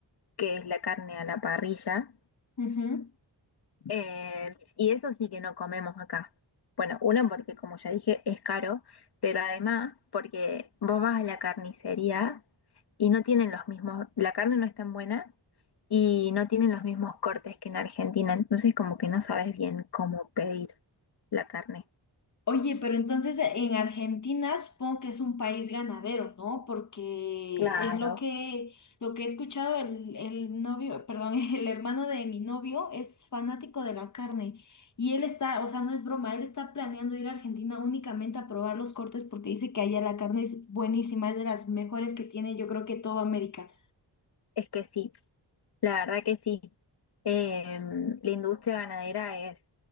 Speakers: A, on the left (about 65°); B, on the left (about 45°).
A: que es la carne a la parrilla.
B: ujú.
A: Eh, y eso sí que no comemos acá. Bueno, uno porque como ya dije es caro, pero además porque vos vas a la carnicería y no tienen los mismos, la carne no es tan buena y no tienen los mismos cortes que en Argentina, entonces como que no sabes bien cómo pedir la carne.
B: Oye, pero entonces en Argentina supongo que es un país ganadero, ¿no? Porque
A: Claro.
B: es lo que, lo que he escuchado, el, el novio, perdón, <laughs> el hermano de mi novio es fanático de la carne y él está, o sea, no es broma, él está planeando ir a Argentina únicamente a probar los cortes porque dice que allá la carne es buenísima, es de las mejores que tiene, yo creo que toda América.
A: Es que sí, la verdad que sí. Em, la industria ganadera es,